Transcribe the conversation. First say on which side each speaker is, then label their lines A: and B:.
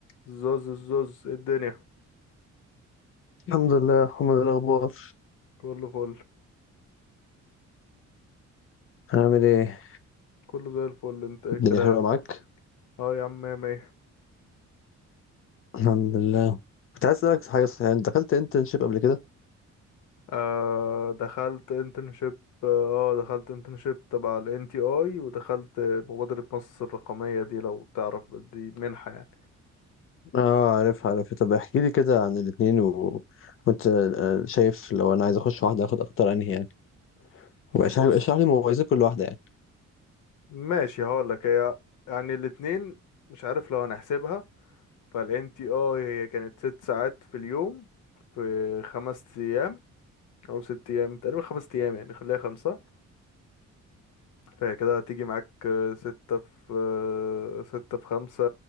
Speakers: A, on the left; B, on the left.
A: زوز الزوز إيه الدنيا
B: الحمد لله يا محمد الأخبار
A: كله فل
B: عامل إيه؟
A: كله زي الفل انت ايه
B: الدنيا
A: الكلام
B: حلوة معاك
A: اه يا عم مية مية
B: الحمد لله كنت عايز أسألك صحيح صحيح أنت دخلت انترنشيب قبل كده؟
A: آه دخلت انترنشيب اه آه، دخلت انترنشيب تبع ال NTI ودخلت مبادرة مصر الرقمية دي لو تعرف دي منحة يعني
B: آه عارف عارف طب احكي لي كده عن الاتنين و... وأنت آه، شايف لو أنا عايز أخش واحدة آخد أختار أنهي يعني وعشان
A: بص
B: اشرح لي مميزات كل واحدة يعني
A: ماشي هقولك هي يعني الاتنين مش عارف لو هنحسبها فال NTI هي كانت ست ساعات في اليوم في خمس أيام أو ست أيام تقريبا خمس أيام يعني خليها خمسة فهي كده هتيجي معاك آه، ستة في آه، ستة في خمسة